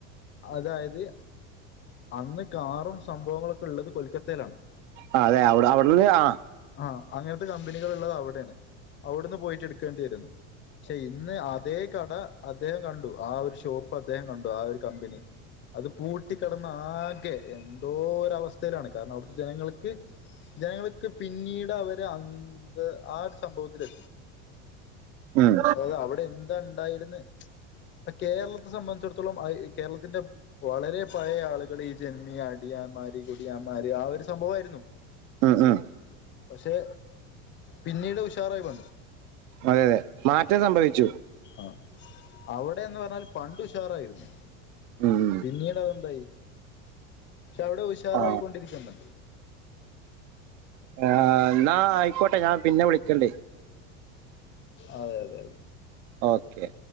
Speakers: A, on the left; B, on the right.
A: അതായത് അന്ന് കാറും സംഭവങ്ങളൊക്കെ ഉള്ളത് കൊൽക്കത്തയിലാണ്.
B: ആഹ് അതെ അവിടെ അവിടന്ന് ആഹ്
A: ആഹ് അങ്ങനത്തെ കമ്പനികൾ ഉള്ളത് അവിടെണ്. അവിടുന്ന് പോയിട്ട് ടുക്കേണ്ടി വരുന്ന് ക്ഷെ ഇന്ന് അതേ കട അദ്ദേഹം കണ്ടു ആ ഒരു ഷോപ്പ് അദ്ദേഹം കണ്ടു ആ ഒരു കമ്പനി. അത് പൂട്ടിക്കടന്ന് ആകെ എന്തോര വസ്ഥയിലാണ് കാരണം അവിടുത്തെ ജനങ്ങൾക്ക് ജനങ്ങൾക്ക് പിന്നീട് അവര് അന്ത്‌ ആ ഒരു സംഭവത്തിലെ
B: ഉം,
A: അതയത് അവിടെ എന്താ ഉണ്ടായിന്ന് കേരളത്തെ സംബന്ധിച്ചിടത്തോളം അയ് കേരളത്തിന്റെ വളരെ പയേ ആളുകൾ ഈ ജന്മി അടിയാന്മാര് കുടിയാന്മാര് ആ ഒരു സംഭവായിരുന്നു.
B: ഉം ഉം
A: പക്ഷെ പിന്നീട് ഉഷാറായി വ
B: അതെതെ മാറ്റം സംഭവിച്ചു.
A: ആഹ് അവിടെന്ന് പറഞ്ഞാൽ പണ്ടുഷാറായിരുന്നു.
B: ഉം ഉം
A: ന്നീട് അതെന്തായി ക്ഷെ അവിടെ ഉഷാറായിക്കൊണ്ടിരിക്കണ്.
B: ആ. ആഹ്. ന്നാ ആയിക്കോട്ടെ ഞാൻ പിന്നെ വിളിക്കണ്ട്.
A: അതെ അതെ
B: ഓക്കെ